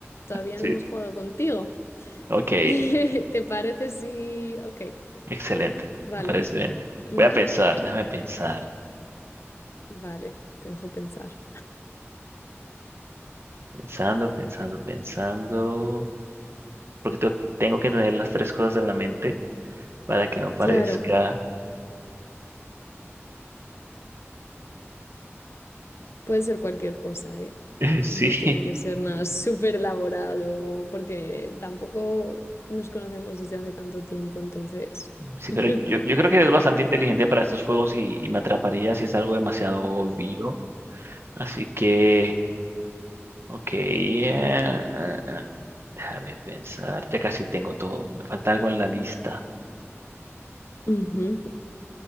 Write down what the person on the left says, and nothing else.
todavía
no hemos jugado contigo.
<laughs> ¿Te parece si... Ok,
vale.
ujú,
Vale, te dejo pensar.
Claro,
puede ser cualquier cosa, ¿eh?
No tiene que ser nada súper elaborado, porque tampoco nos conocemos desde hace tanto tiempo, entonces...
<laughs>
Ujú.